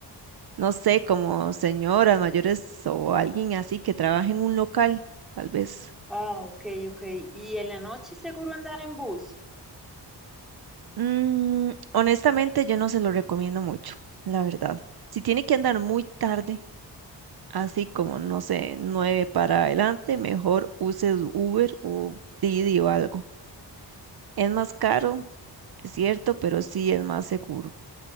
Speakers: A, on the right (about 60°); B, in the centre.
A: no sé, como señoras mayores o alguien así que trabaje en un local, tal vez.
B: Ah, ok, ok. Y en la noche seguro andar en bus.
A: Mm, honestamente, yo no se lo recomiendo mucho, la verdad. Si tiene que andar muy tarde, así como, no sé, nueve para adelante, mejor use Uber o Didi o algo. Es más caro, es cierto, pero sí es más seguro.